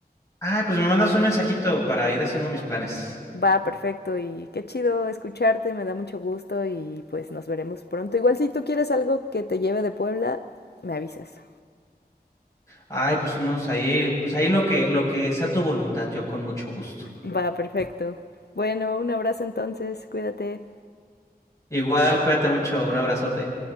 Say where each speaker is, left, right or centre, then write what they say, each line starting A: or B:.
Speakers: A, on the left; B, on the left.
A: Ah, pues me mandas un mensajito para ir haciendo mis planes.
B: Va, perfecto y qué chido escucharte, me da mucho gusto y pues nos veremos pronto. Igual si tú quieres algo que te lleve de Puebla, me avisas.
A: Ay, pues unos ahí, pues ahí lo que, lo que sea tu voluntad, yo con mucho gusto.
B: Va, perfecto. Bueno, un abrazo entonces, cuídate.
A: Igual, cuídate mucho, un abrazote.